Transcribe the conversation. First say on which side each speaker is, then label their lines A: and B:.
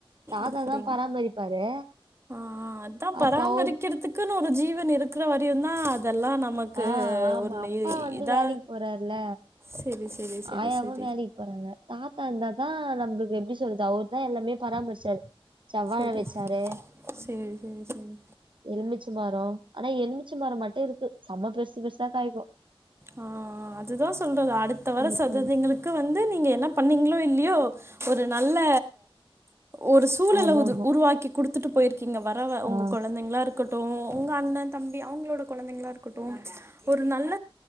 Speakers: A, on the right; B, on the right.
A: தாத்தாதா
B: அப்படிங்
A: பராமரிப்பாரு
B: ஆ அதா பராமரிப்
A: அப்ப அவர்
B: நமக்குன்னு ஒரு ஜீவன் இருக்குற வரையு தா அதெல்லா நமக்கு
A: ஆ ஆமா
B: ஒன்னு
A: அப்பா
B: இ
A: வந்து
B: இதா
A: வேலைக்கி போறாருல
B: சேரி சேரி சேரி
A: ஆயாவு
B: சேரி
A: வேலிக் போறாங்க தாத்தா இர்ந்தா தா நம்புளுக்கு எப்டி சொல்றது அவருதா எல்லாமே பராமரிச்சாரு செவ்வாழ
B: சேரி
A: வெச்சாரு
B: சேரி சேரி சேரி
A: எலுமிச்ச மரோ ஆனா எலுமிச்ச மரோ மட்டு இருக்கு சம்ம பெர்சு பெர்சா காய்க்கோ
B: ஆ ஆ அதுதா சொல்றது அடுத்த வர
A: ம்
B: சந்ததிகளுக்
A: ம்
B: கு வந்து நீங்க என்ன பண்ணீங்களோ இல்லியோ ஒரு நல்ல ஒரு சூழல
A: ஆமா ஆமா
B: உருவாக்கி குடுத்துட்டு போயிருக்கீங்க வர ஒங்க
A: ஆ
B: கொழந்தைங்களா இருக் கட்டோ ஒங்க அண்ணே தம்பி அவுங்களோட கொழந்தைங்களா இருக்கட்டோ ஒரு நல்ல